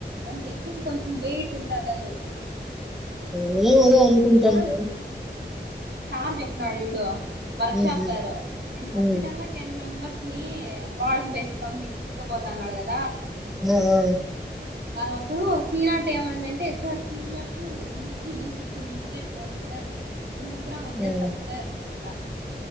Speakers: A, on the right; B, in the centre.
A: అండ్ రెజూమ్ కొంచెం వెయిట్ ఉంటదని
B: నువ్ ఆ అనుకుంటాను
A: కాదు సార్ చెప్పాడు చూడు వర్క్
B: హ్మ్.
A: షాప్
B: హ్మ్.
A: సారు నేను ఖచ్చితంగా
B: హ్మ్.
A: టెన్ మెంబ ప్రోడక్ట్ బేస్ నకు తెచ్చుకోపోతా అన్నాడు కదా
B: ఆ
A: అప్పుడు సీ నాటు ఏమైందింటే ఎస్ స నాటు డి త్రీ డి సిక్స్ పోండి సార్ మేము ముగ్గురం వచ్చేస్తాం
B: హ్మ్.
A: సార్ అంటా